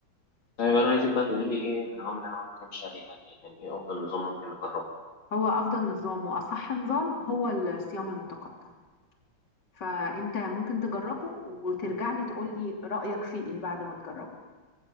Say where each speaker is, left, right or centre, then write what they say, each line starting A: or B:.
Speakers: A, on the left (about 85°); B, on the left (about 60°).
A: طيب انا عايزك بقى تقولي لي ايه النظام اللي انا ممكن امشي عليه حاليا يعني ايه افضل نظام ممكن اجربه؟
B: هو افضل نظام واصح نظام هو الصيام المتقطع فانت ممكن تجربه وترجع لي تقول لي رايك فيه ايه بعد ما تجربه